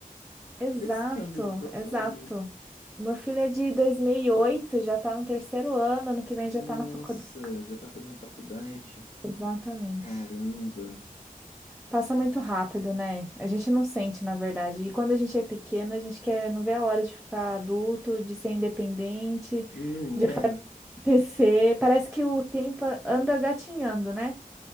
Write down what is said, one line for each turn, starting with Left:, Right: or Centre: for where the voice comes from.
Centre: Exato,
Left: crescendo profissionalmente.
Centre: exato. Meu filho é de 2008, já tá no terceiro ano, ano que vem já
Left: Nossa,
Centre: tá na faculdade.
Left: já tá fazendo faculdade.
Centre: Exatamente.
Left: Caramba,
Centre: Passa muito rápido, né? A gente não sente, na verdade. E quando a gente é pequeno, a gente quer não vê a hora de ficar adulto, de ser independente,
Left: não
Centre: de
Left: é?
Centre: TC, parece que o tempo anda gatinhando, né?